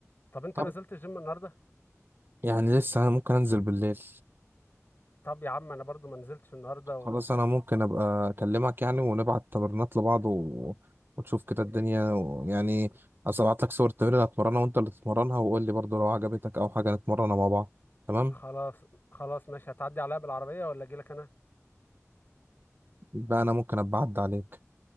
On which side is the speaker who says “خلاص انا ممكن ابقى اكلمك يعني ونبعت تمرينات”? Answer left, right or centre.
Right